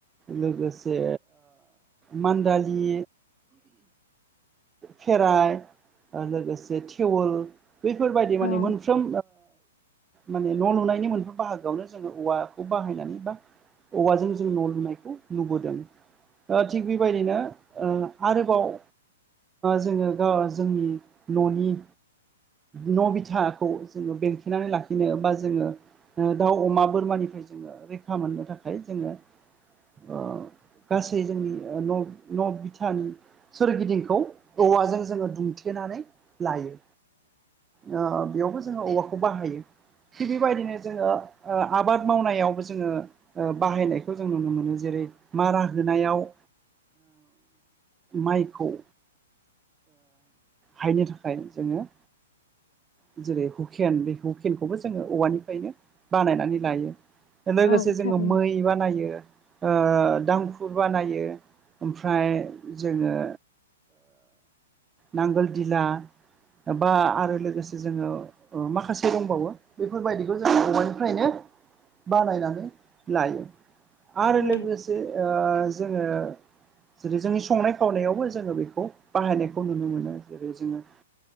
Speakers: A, on the right (about 15°); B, on the left (about 55°).
A: लोगोसे मान्दालि खेराइ लोगोसे थेउल बैफोरबायदि
B: औ
A: माने मोनफ्रोम माने न' लुनायनि मोनफ्र बाहागोआवनो जोंङो औवाखौ बाहायनानै बा औवाजों जों न' लुनायखौ नुबोदों थिग बेबायदिनो आरोबाव जोंङो गा जोंनि न'नि न' बिथाखौ जोंङो बेंखेनानै लाखिनो बा जोंङो दाउ अमा बोरमानिफ्राय जों रैखा मोननो थाखाय जोंङो गासै जोंनि न न बिथानि सोरगिदिंखौ औवाजों जोंङो दुमथेनानै लायो बेयावबो जोंङो औवाखौ बाहायो थिग बेबायदिनो जोंङो आबाद मावनायावबो जोंङो बाहायनायखौ जों नुनो मोनो जेरै मारा होनायाव माइखौ हायनो थाखाय जोंङो औ जेरै हुकेन बे हुकेनखौबो जोंङो औवानिफ्रायनो बानायनानै लायो लोगोसे
B: औ
A: जोंङो
B: थारैनो
A: मै बानायो ओ दांखुर बानायो ओमफ्राय जोंङो नांगोल दिला बा आरो लोगोसे जोंङो माखासे दंबावो बेफोरबायदिखौ जों बबवानिफ्रायनो बानायनानै लायो आरो
B: औ
A: लोगोसे जोंङो जेरै जोंनि संनाय खावनायावबो जोंङो बेखौ बाहायनायखौ नुनो मोनो जेरै जोंङो